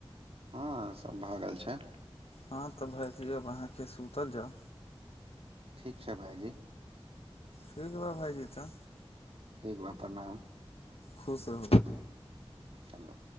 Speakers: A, on the right; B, on the left.
A: हँ सब भऽ गेल छै
B: हँ तऽ भायजी अब अहाँकेँ सुतल जाउ
A: ठीक छै भाइजी
B: ठीक बा भाइजी तऽ
A: ठीक बा प्रणाम
B: खुश रहु
A: चलू